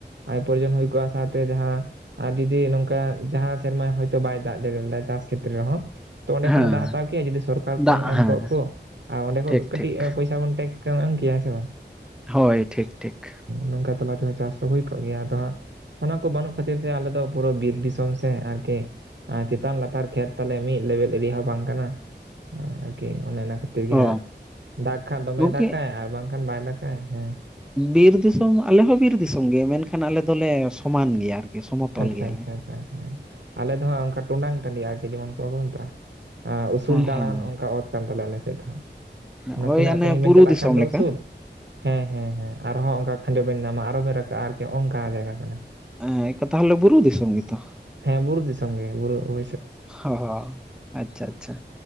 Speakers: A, on the right (about 80°); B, in the centre.
A: ᱟᱭ ᱩᱯᱟᱨᱡᱚᱱ ᱦᱳᱭ ᱠᱚᱜᱼᱟ ᱥᱟᱶᱛᱮ ᱡᱟᱦᱟᱸᱼᱼ ᱟᱨ ᱡᱚᱫᱤ ᱱᱚᱝᱠᱟ ᱡᱟᱦᱟᱸ ᱥᱮᱨᱢᱟ ᱦᱚᱭᱛᱳ ᱵᱟᱭ ᱫᱟᱜ ᱡᱟᱹᱲᱤ ᱞᱮᱫᱟ ᱪᱟᱥ ᱠᱷᱮᱛᱨᱮ ᱨᱮᱦᱚᱸ ᱛᱚ ᱚᱸᱰᱮ
B: ᱦᱮᱸ
A: ᱠᱷᱚᱱᱟᱜ ᱫᱟᱣ ᱦᱟᱛᱟᱣ ᱠᱮᱭᱟ ᱡᱩᱫᱤ ᱥᱚᱨᱠᱟᱨ ᱠᱷᱚᱱ
B: ᱫᱟᱜ
A: ᱮᱢ
B: ᱦᱮᱸ
A: ᱠᱚᱜ ᱠᱚ ᱟ ᱚᱸᱰᱮ ᱠᱷᱚᱡ
B: ᱴᱷᱤᱠ
A: ᱠᱟᱹᱴᱤᱡ
B: ᱴᱷᱤᱠ
A: ᱮ ᱯᱚᱭᱥᱟ ᱥᱟᱵᱚᱱ ᱴᱮᱠᱥ ᱠᱚᱢ ᱮᱢ ᱠᱮᱭᱟ ᱦᱮᱸ ᱥᱮ ᱵᱟᱝ
B: ᱦᱳᱭ ᱴᱷᱤᱠ ᱴᱷᱤᱠ
A: ᱱᱚᱝᱠᱟ ᱛᱟᱞᱟ ᱛᱮᱦᱚᱸ ᱪᱟᱥ ᱫᱚ ᱦᱳᱭ ᱠᱚᱜ ᱜᱮᱭᱟ ᱟᱫᱚ ᱦᱟᱸᱜ ᱚᱱᱟ ᱠᱚ ᱵᱟᱹᱱᱩᱜ ᱠᱷᱟᱹᱛᱤᱨ ᱛᱮ ᱟᱞᱮᱫᱚ ᱯᱩᱨᱟᱹ ᱵᱤᱨ ᱫᱤᱥᱚᱢ ᱥᱮ ᱟᱨᱠᱤ ᱪᱮᱛᱟᱱ ᱞᱟᱛᱟᱨ ᱠᱷᱮᱛ ᱛᱟᱞᱮ ᱢᱤᱫ ᱞᱮᱵᱮᱞ ᱮᱨᱤᱭᱟ ᱦᱚᱸ ᱵᱟᱝ ᱠᱟᱱᱟ ᱟᱨᱠᱤ ᱚᱱᱮ ᱚᱱᱟ ᱠᱷᱟᱹᱛᱤᱨ ᱠᱷᱟᱹᱛᱤᱨ ᱜᱮ
B: ᱚ
A: ᱦᱟᱸᱜ ᱫᱟᱜ ᱠᱷᱟᱱ ᱫᱚᱢᱮ
B: ᱜᱚᱝᱠᱮ
A: ᱫᱟᱜᱟᱭ ᱟᱨ ᱵᱟᱝᱠᱷᱟᱱ ᱵᱟᱭ ᱫᱟᱜᱟᱭ ᱦᱮᱸ
B: ᱵᱤᱨ ᱫᱤᱥᱚᱢ ᱟᱞᱮᱦᱚᱸ ᱵᱤᱨ ᱫᱤᱥᱚᱢ ᱜᱮ ᱢᱮᱱᱠᱷᱟᱱ ᱟᱞᱮ ᱫᱚᱞᱮ ᱥᱚᱢᱟᱱ ᱜᱮᱭᱟ ᱥᱚᱢᱚᱛᱚᱞ
A: ᱟᱪᱪᱷᱟ
B: ᱜᱮᱭᱟᱞᱮ
A: ᱟᱪᱪᱷᱟ ᱟᱪᱷᱟ ᱟᱞᱮ ᱫᱚ ᱦᱟᱸᱜ ᱚᱱᱠᱟ ᱴᱩᱰᱟᱝ ᱴᱟᱺᱰᱤ ᱟᱨᱠᱤ ᱡᱮᱢᱚᱱ ᱠᱚ ᱢᱮᱛᱟᱜᱼᱟ ᱟ ᱩᱥᱩᱞ ᱫᱟᱲᱟᱱ
B: ᱦᱮᱸ
A: ᱚᱱᱠᱟ ᱚᱛ ᱠᱟᱱ ᱛᱟᱞᱮᱭᱟ ᱟᱞᱮ ᱥᱮᱫ ᱦᱟᱸᱜ
B: ᱱᱚᱜᱼᱚᱭ
A: ᱱᱟᱥᱮᱱᱟᱜ
B: ᱚᱱᱮ
A: ᱥᱟᱺᱜᱤᱧ ᱵᱮᱱ
B: ᱵᱩᱨᱩ
A: ᱪᱟᱞᱟᱜ
B: ᱫᱤᱥᱚᱢ
A: ᱠᱷᱟᱱ ᱫᱚ
B: ᱞᱮᱠᱟ
A: ᱩᱥᱩᱞ ᱦᱮᱸ ᱦᱮᱸ ᱦᱮᱸ ᱟᱨᱦᱚᱸ ᱚᱱᱠᱟ ᱠᱷᱟᱸᱡᱚ ᱵᱮᱱ ᱧᱟᱢᱟ ᱟᱨᱚ ᱵᱮᱱ ᱨᱟᱠᱟᱵᱼᱟ ᱟᱨᱠᱤ ᱚᱱᱠᱟ ᱡᱟᱭᱜᱟ ᱠᱟᱱᱟ
B: ᱦᱮᱸ ᱛᱟᱦᱚᱞᱮ ᱵᱩᱨᱩ ᱫᱤᱥᱚᱢ ᱜᱮᱛᱚ
A: ᱦᱮᱸ ᱵᱩᱨᱩ ᱫᱤᱥᱚᱢ ᱜᱮ ᱵᱩᱨᱩ ᱚᱵᱼᱼ
B: ᱚᱦᱚ ᱟᱪᱪᱷᱟ ᱟᱪᱪᱷᱟ